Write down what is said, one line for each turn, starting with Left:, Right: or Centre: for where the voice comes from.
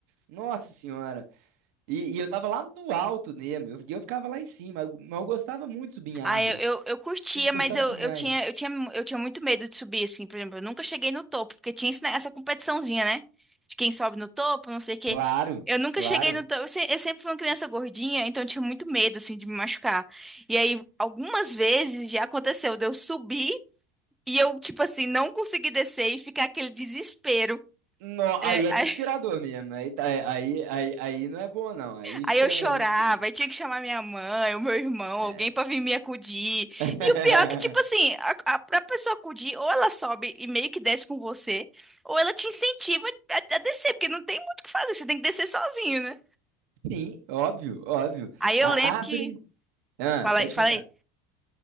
Right: Nossa senhora. E, e eu tava lá no alto mesmo. Eu, eu ficava lá em cima, mas eu gostava muito de subir em árvore.
Centre: Ah, eu, eu, eu curtia,
Right: Eu gostava
Centre: mas eu,
Right: demais.
Centre: eu tinha, eu tinha, eu tinha muito medo de subir, assim, por exemplo, eu nunca cheguei no topo, porque tinha esse ne- essa competiçãozinha, né? De quem sobe no topo, não sei o quê.
Right: Claro,
Centre: Eu nunca
Right: claro.
Centre: cheguei no topo, eu, se- eu sempre fui uma criança gordinha, então eu tinha muito medo, assim, de me machucar. E aí, algumas vezes já aconteceu de eu subir e eu, tipo assim, não conseguir descer e ficar aquele desespero.
Right: No,
Centre: É,
Right: aí é
Centre: aí
Right: desesperador mesmo. Aí, tá- aí, aí, aí não é bom não. Aí
Centre: Aí
Right: fica
Centre: eu chorava,
Right: estranho.
Centre: aí tinha que chamar minha mãe, o meu irmão,
Right: É.
Centre: alguém pra vir me acudir.
Right: <laughs>
Centre: E o pior é que, tipo assim, a, a, pra pessoa acudir, ou ela sobe e meio que desce com você, ou ela te incentiva a, a descer, porque não tem muito o que fazer, você tem que descer sozinho, né?
Right: Sim, óbvio, óbvio.
Centre: Aí eu
Right: A
Centre: lembro
Right: árvore.
Centre: que.
Right: Ah,
Centre: Falei,
Right: pode
Centre: falei.
Right: contar.